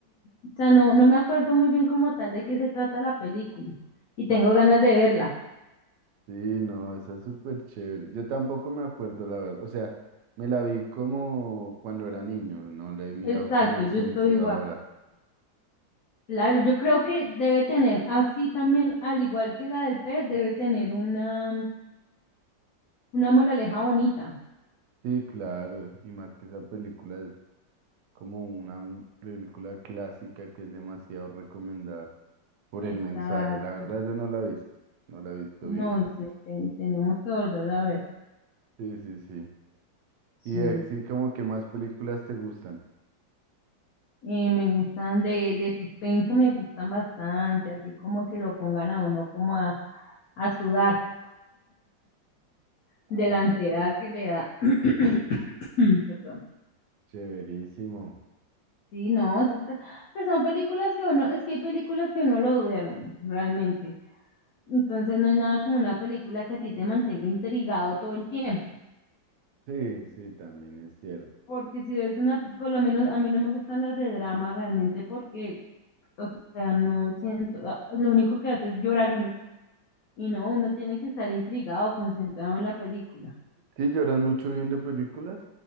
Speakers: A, on the left; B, on the right.
A: o sea, no, no me acuerdo muy bien como tal de qué se trata la película y tengo ganas de verla.
B: Sí, no, esa es súper chévere. Yo tampoco me acuerdo, la verdad. O sea, me la vi como cuando era niño, no le he mirado
A: Exacto,
B: como el
A: yo
B: sentido
A: estoy igual.
B: ahora.
A: Claro, yo creo que debe tener así también, al igual que la del pez, debe tener una, una moraleja bonita.
B: Sí, claro, y más que esa película es como una un- película clásica que es demasiado recomendada por
A: Exacto.
B: el mensaje. La verdad yo no la he visto, no la he visto
A: No,
B: bien.
A: y sí, ten- tenemos que volverla a ver.
B: Sí, sí, sí.
A: Sí.
B: Y así como que más películas te gustan.
A: Eh, me gustan de, de suspenso, me gustan bastante, así como que lo pongan a uno como a, a sudar
B: Ah,
A: de la ansiedad que le da. <coughs> <clears throat> Perdón.
B: chéverísimo.
A: Sí, no, esas pe- pues son películas que uno, es que hay películas que uno lo duermen, realmente. Entonces no hay nada como una película que a ti te mantenga intrigado todo el tiempo.
B: Sí, sí, también es cierto.
A: Porque si ves una, por lo menos a mí no me gustan las de drama realmente porque, o sea, no siento, ah, lo único que hace es llorar uno. Y no, uno tiene que estar intrigado, concentrado en la película.
B: ¿Sí lloras mucho viendo películas?